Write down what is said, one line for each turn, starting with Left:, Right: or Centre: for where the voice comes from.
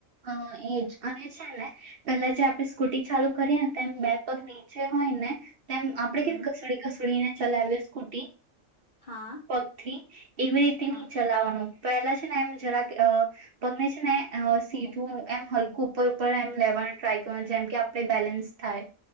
Right: હા એજ અને છે ને પેલા જે આપણે સ્કૂટી ચાલુ કરીએ ને તેમ બે પગ નીચે હોય ને તેમ આપડ
Left: હમ
Right: કેવી ઘસોડી ઘસોડી ને ચલાવે સ્કૂટી
Left: હા
Right: પથી એવી રીતે
Left: હા
Right: નહી ચલાવાનો પહેલા છે ને એમ જરાક પગને છે, ને સ ું એમ હલકું ઉપર ઉપર એમ લેવાનું ટ્રાય કરવાનું જેમ કે આપડણે બેલેન્સ થાય